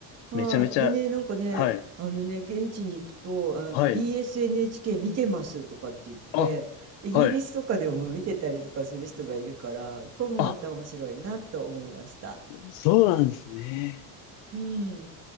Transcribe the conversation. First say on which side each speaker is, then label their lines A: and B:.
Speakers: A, on the left; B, on the right.
A: めちゃめちゃ、
B: はい。でね、なんかね、
A: はい、
B: あのね、現地に行くと、なんか
A: はい。
B: BSNHK 見てますとかって言って、
A: あ、
B: イギリスとかでも見てたりとかする人がいるから、
A: はい。
B: これもまた面白いなと思いました。
A: あ、そうなんですね。
B: うん。